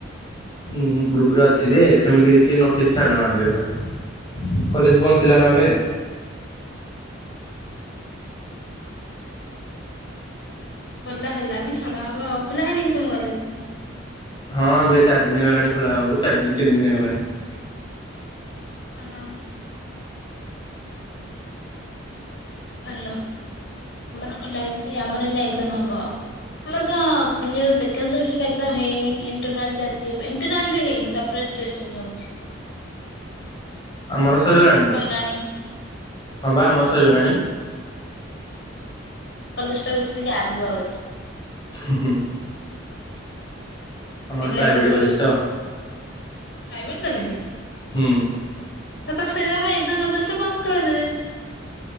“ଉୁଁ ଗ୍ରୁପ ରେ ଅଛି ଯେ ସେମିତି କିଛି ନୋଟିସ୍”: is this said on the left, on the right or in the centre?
Left